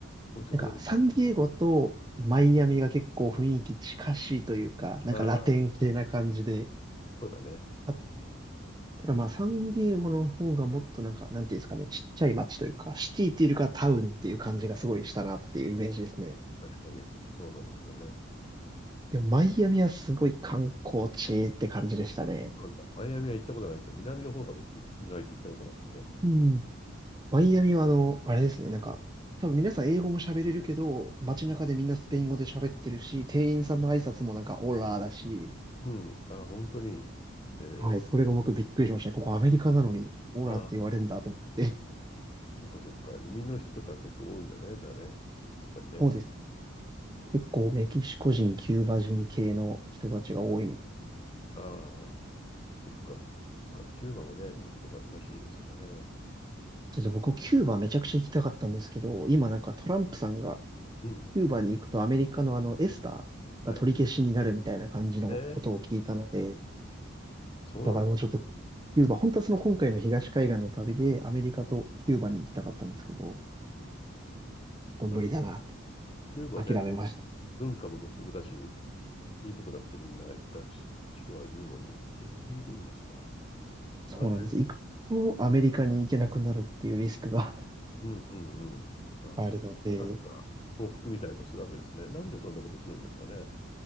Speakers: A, on the left; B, on the right.
A: もうちょっとだけそう
B: なんかサンディエゴとマイアミが結構雰囲気近しいというか、なんかラテン系な感じで。
A: だ。ああ、そうだね。
B: あ、ただまあサンディエゴの方がもっとなんか、なんていうんですかね、ちっちゃい街というか、シティっていうよりかはタウンっていう感じがすごいしたなっていうイメージですね。
A: 確かに。そうなんですよね。
B: でも、マイアミはすごい観光地って感じでしたね。
A: そうなんだ。マイアミは行ったことないんですよ。南の方が僕、意外と行ったことなくてね。
B: うん。マイアミはあの、あれですね、なんか、多分皆さん英語も喋れるけど、街中でみんなスペイン語で喋ってるし、店員さんの挨拶もなんかオラーだし、
A: うん。ああ、本当に。えー、
B: はい、それが僕びっくりしましたね。ここアメリカなのにオラーって言われるんだと思って。
A: ああ、そっかそっか。移民の人とか結構多いんだね。じゃあね。やっぱりね。
B: そうですね。結構メキシコ人、キューバ人系の人たちが多いみたい。
A: ああ、そっか、そっか。キューバもね、いいとこだらしいですからね。
B: ちょっ僕もキューバめちゃくちゃ行きたかったんですけど、今なんかトランプさんが
A: うん。
B: キューバに行くとアメリカのあのエスターが取り消しになるみたいな感じのことを聞いたので、
A: はい。えー、そうなんだ。
B: だからもうちょっとキューバ、本当はその今回の東海岸の旅でアメリカとキューバに行きたかったんですけど、ちょ
A: うん。
B: っと無理だなって感
A: あ、キューバね、
B: じ諦めましたね。
A: 文化も独特だし、いいとこだってみんな行った人は言うのに、行き、行きにくいんですか。それは大変だ
B: そうなんです。行くとアメリカに行けなくなるっていうリスクが
A: うんうんうん。
B: <laughs>
A: ああ、
B: あるので、
A: そう、なんか、報復みたいのをするわけですね。なんでそんなことするんですかね。